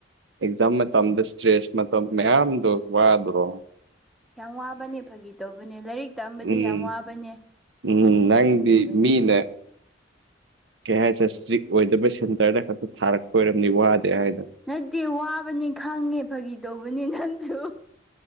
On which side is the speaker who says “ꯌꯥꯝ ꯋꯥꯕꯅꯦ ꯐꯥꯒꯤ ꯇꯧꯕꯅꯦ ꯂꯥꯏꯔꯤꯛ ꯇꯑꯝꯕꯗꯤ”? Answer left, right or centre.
Centre